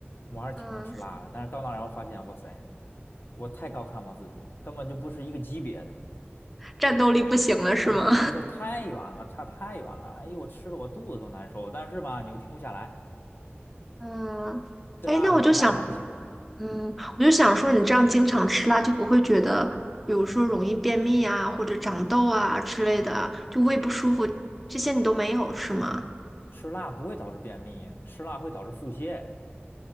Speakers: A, on the left (about 55°); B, in the centre.
A: 我还是挺能吃辣的。
B: 嗯，
A: 但是到那儿以后发现，哇塞，我太高看我自己了，根本就不是一个级别的
B: 战斗力不行了是吗？
A: 啊！不不，这太远了，差太远了。哎呦，我吃的我肚子都难受。但是吧，你又停不下来，
B: <laughs> 嗯，
A: 这辣的没有辣的还不行。
B: 哎，那我就想，嗯，我就想说，你这样经常吃辣，就不会觉得，比如说容易便秘啊，或者长痘啊之类的，就胃不舒服，这些你都没有是吗？
A: 吃辣不会导致便秘，吃辣会导致腹泻。